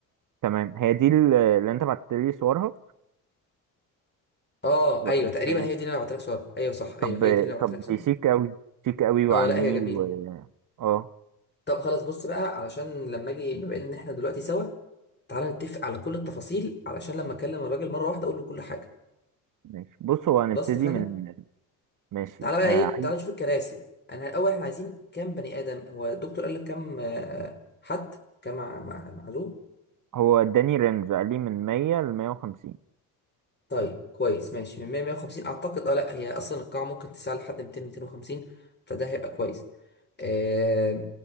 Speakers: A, on the right; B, on the left.
A: تمام هي دي ال- اللي انت بعت لي صورها
B: اه
A: ولا
B: ايوه
A: مش
B: تقريبا
A: هي؟
B: هي دي اللي انا بعت لك صور ايوه صح ايوه
A: طب
B: هي دي اللي انا بعت
A: طب
B: لك صور
A: دي شيك قوي شيك قوي وعلى
B: اه لا
A: النيل
B: هي جميله
A: و اه
B: طب خلاص بص بقى علشان لما اجي بما ان احنا دلوقتي سوا تعالى نتفق على كل التفاصيل علشان لما اكلم الراجل مره واحده اقول له كل حاجه
A: ماشي بص هو هنبتدي
B: خلاص اتفقنا
A: من ماشي
B: تعالى بقى
A: آه
B: ايه
A: عايز
B: تعالى نشوف الكراسي انا الاول احنا عايزين كام بني ادم هو الدكتور قال لك كام آه، حد كام مع- مع- معلوم
A: هو اداني رينج قال لي من 100 ل 150
B: طيب كويس ماشي من 100 150 اعتقد اه لا هي اصلا القاعه ممكن تسع لحد 200 250 فده هيبقى كويس آه